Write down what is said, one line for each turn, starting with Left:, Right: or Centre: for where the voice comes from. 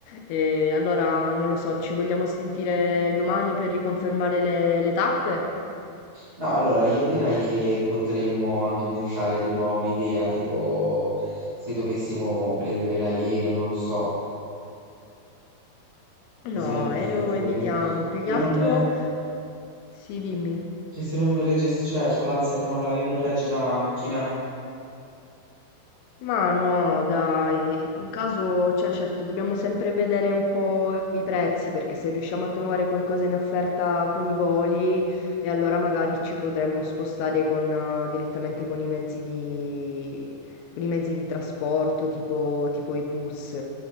Left: E allora, non lo so, ci vogliamo sentire domani per riconfermare le, le tappe?
Right: No, allora io direi che potremmo anche pensare tipo a un'idea, tipo se dovessimo prendere l'aereo, non lo so,
Left: No,
Right: cosa ne pensi?
Left: aereo evitiamo.
Right: Perché
Left: Più
Right: se
Left: che altro,
Right: non,
Left: sì, dimmi.
Right: che se non regge, cioè, c'ho l'ansia che magari non regge la macchina.
Left: Ma no, dai, in caso, cioè certo, dobbiamo sempre vedere un po' i prezzi, perché se riusciamo a trovare qualcosa in offerta con i voli, e allora magari ci potremmo spostare con, eh, direttamente con i mezzi di, con i mezzi di trasporto, tipo, tipo i bus.